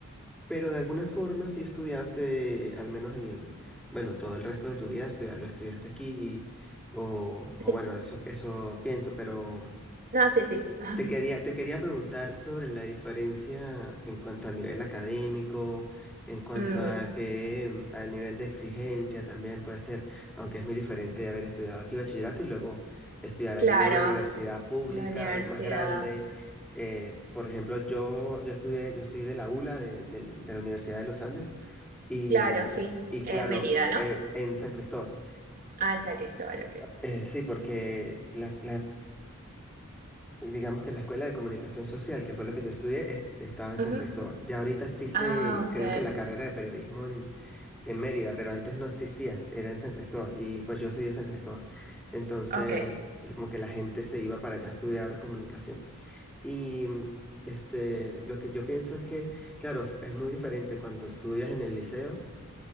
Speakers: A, in the centre; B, on the right.
A: Pero de alguna forma sí estudiaste, al menos el, bueno, todo el resto de tu vida, o sea, lo estudiaste aquí, y- o,
B: Sí.
A: o bueno, eso, eso pienso, pero
B: No, sí, sí. <laughs>
A: te quería, te quería preguntar sobre la diferencia en cuanto a nivel académico, en cuanto
B: Mm,
A: a que mm, al nivel de exigencia también puede ser, aunque es muy diferente haber estudiado aquí bachillerato y luego estudiar allá
B: claro,
A: en una universidad pública
B: la universidad.
A: más grande. Eh, por ejemplo, yo, yo estudié, yo soy de la ULA, de, del- de la Universidad de los Andes, y,
B: Claro,
A: mm,
B: sí.
A: y
B: En
A: claro,
B: Mérida,
A: eh,
B: ¿no?
A: en San Cristóbal.
B: Ah, en San Cristóbal, ok.
A: Eh, sí, porque la, Digamos que la escuela de comunicación social, que fue lo que yo estudié, es- estaba en
B: Ujú.
A: San Cristóbal. Ya ahorita existe,
B: Ah,
A: creo
B: ok.
A: que la carrera de periodismo en, en Mérida, pero antes no existía, est- era en San Cristóbal. Y pues yo soy de San Cristóbal. Entonces,
B: Ok,
A: eh, como que la gente se iba para allá a estudiar comunicación. Y mm, este, lo que yo pienso es que, claro, f- es muy diferente cuando estudias en el liceo